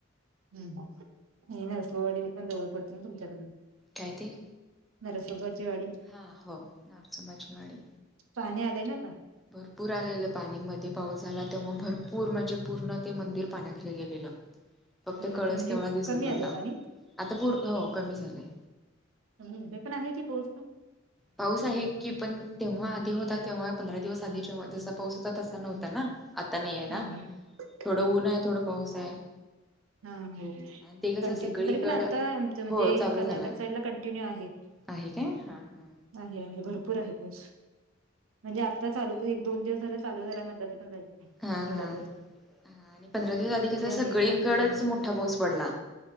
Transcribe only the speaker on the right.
हम् नर्सवाडीवर पण जवळ पडत ना तुमच्याकडनं
नरसोबाची वाडी
पाणी आलंय ना का
आता
म्हणजे
कमी आलंय
पाणी
ह् पण आहे की तोच
हा हा
हा
हा
हा हो
कंटिन्यू
तरी पण आता आमच म्हणजे
ह कर्नाटक
साईडला कंटिन्यू आहे
नाही आहे भरपूर आहे पाऊस म्हणजे आत्ता चालू एक दोन दिवस झाल चालू झाल मधलं ते पण जाईल
एवढा
पाऊस
तिकडे
नाही
का